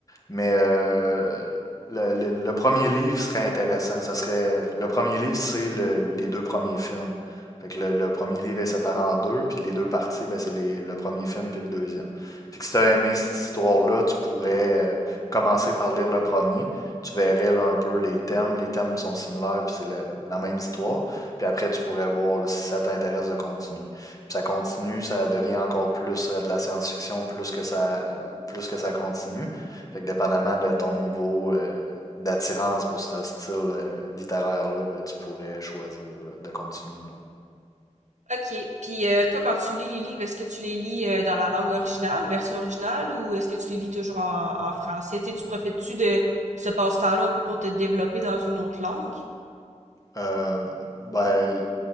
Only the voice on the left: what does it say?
Mais euh, le, le- le premier livre serait intéressant. Ça serait, le premier livre, c'est le- les deux premiers films. Fait que le, le premier livre est séparé en deux, puis les deux parties, ben, c'est les- le premier film puis le deuxième. Fait que si t'as aimé cette histoire-là, tu pourrais euh, commencer par lire le premier tu verrais là, un peu les thèmes. Les thèmes sont similaires, puis c'est le- la même histoire. Puis après, tu pourrais voir là, si ça t'intéresse de continuer. Puis ça continue, ça devient encore plus euh, de la science-fiction, plus que ça, euh, plus que ça continue. Fait que dépendamment de ton niveau euh, d'attirance pour ce style euh, littéraire-là, ben, tu pourrais choisir là, de continuer ou non.
Euh, ben,